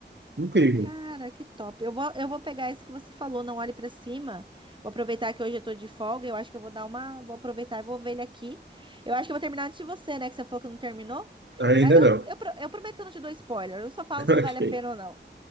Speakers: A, on the right; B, on the right.
A: incrível.
B: Cara, que top. Eu vou, eu vou pegar esse que você falou, não olhe pra cima. Vou aproveitar que hoje eu tô de folga. Eu acho que eu vou dar uma. Vou aproveitar e vou ver ele aqui. Eu acho que eu vou terminar antes de você, né? Que você falou que não terminou.
A: Ainda
B: Mas eu,
A: não.
B: eu,
A: <laughs>
B: pro- eu prometo que eu não te dou spoiler. Eu só falo
A: Ok,
B: se vale a pena ou não.